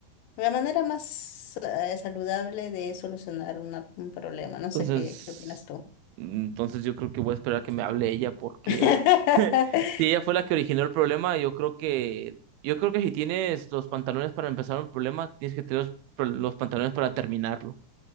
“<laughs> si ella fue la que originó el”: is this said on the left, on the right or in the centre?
Right